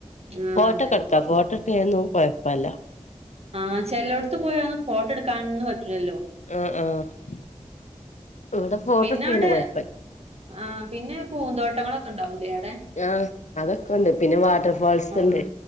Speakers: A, on the right; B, on the left.
A: ആഹ്
B: ഫോട്ടോക്കെ
A: അതന്നെ
B: ഇട്ക്ക ഫോട്ടട്ക്ക്ണീനൊന്നും കൊഴപ്പല്ല
A: ആഹ് ചെലോടത്ത് പോയ ഫോട്ടട്ക്കാനൊന്നും പറ്റൂല്ലല്ലോ
B: ആഹ് ആഹ് ഇവിടെ ഫോട്ടോ
A: പിന്നെ
B: എടുക്കണേന്നും
A: അവ്ടെ
B: കൊഴപ്പല്ല
A: ആഹ് പിന്നെ പൂന്തോട്ടങ്ങളൊക്കെണ്ടാവൂലേ ആടെ
B: ആഹ് അതൊക്കെണ്ട് പിന്നെ വാട്ടർ ഫാൾസ്
A: ആഹ്
B: ഉണ്ട്